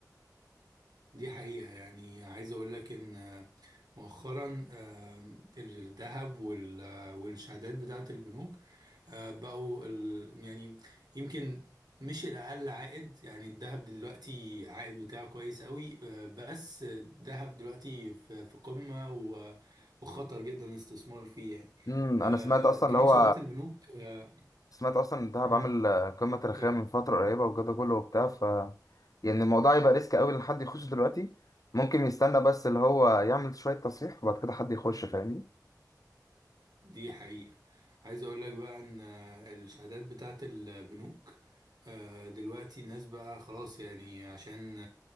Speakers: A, on the right; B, on the left.
A: دي حقيقة يعني عايز أقول لك إن آه، مؤخرا آم، الذهب وال- آه، والشهادات بتاعة البنوك آه، بقوا ال- يعني يمكن مش الأقل عائد يعني الذهب دلوقتي عائد بتاعه كويس قوي آه، بس الذهب دلوقتي في في قمة و- وخطر جدا الاستثمار فيه يعني
B: امم
A: آه،
B: انا سمعت اصلا
A: كمان
B: اللي هو
A: شهادات البنوك آه،
B: سمعت اصلا ان دهب
A: مم،
B: عامل آه، قمه تاريخيه
A: كمل
B: من فتره قريبه والجو ده كله وبتاع ف يعني الموضوع يبقى ريسك قوي ان حد يخش دلوقتي ممكن يستنى بس اللي هو يعمل شويه تصحيح وبعد كده حد يخش فاهمني
A: دي حقيقة عايز اقول لك بقى ان آه، الشهادات بتاعت البنوك آه، دلوقتي الناس بقى خلاص يعني عشان